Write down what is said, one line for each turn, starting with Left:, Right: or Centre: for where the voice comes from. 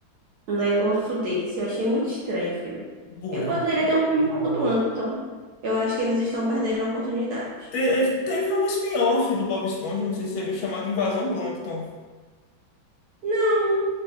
Right: um negócio desse. Eu achei muito estranho o filme.
Left: Buraco.
Right: Eu poderia ter um filme
Left: Negro?
Right: só do Plankton. Eu acho que eles estão perdendo a oportunidade.
Left: Te- é, teve um spin-off do Bob Esponja, não sei se você viu, chamado Invasão Plâncton.
Right: Não.